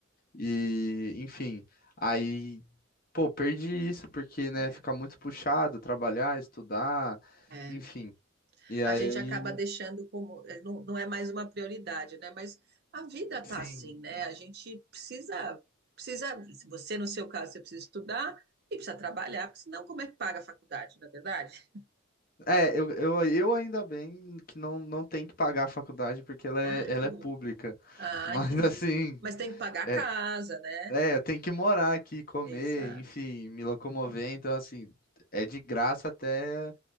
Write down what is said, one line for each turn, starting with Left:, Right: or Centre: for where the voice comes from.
Left: E, enfim, aí pô, perdi isso porque, né,
Right: É,
Left: fica muito puxado, trabalhar, estudar,
Right: é.
Left: enfim. E aí,
Right: A gente acaba deixando como. é, Não, não é mais uma prioridade, né? Mas a vida tá
Left: sim.
Right: assim, né? A gente precisa. Precisa. se Você, no seu caso, você precisa estudar e precisa trabalhar, porque senão, como é que paga a faculdade, não é verdade?
Left: É, eu, eu, eu ainda bem que não, não tem que pagar a faculdade porque ela é,
Right: Ah,
Left: ela
Right: que bom.
Left: é pública.
Right: Ah,
Left: <laughs> Mas
Right: entendi.
Left: assim,
Right: Mas tem que pagar a
Left: é,
Right: casa, né?
Left: É, eu tenho que morar aqui, comer,
Right: Exato.
Left: enfim, me locomover.
Right: Uhum.
Left: Então, assim, é de graça até